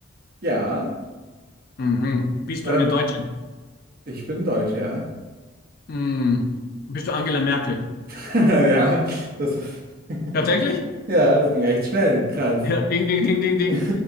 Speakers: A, on the right (about 50°); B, on the left (about 50°).
A: Ja.
B: Mhm. Bist
A: Oder
B: du eine Deutsche?
A: ich bin Deutsch, ja.
B: Mhm. Bist du Angela Merkel?
A: <laughs> Ja, das ist. <laughs>
B: Tatsächlich?
A: Ja, das ging echt schnell. Krass.
B: Ja, ding, ding, ding, ding, ding.
A: <laughs>